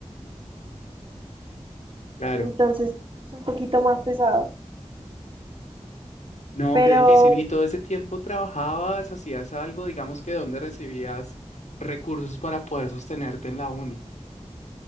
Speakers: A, on the left (about 85°); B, on the right (about 50°).
A: Claro.
B: Entonces es un poquito más pesado.
A: No,
B: Pero
A: qué difícil. ¿Y todo ese tiempo trabajabas, hacías algo, digamos que dónde recibías recursos para poder sostenerte en la uni?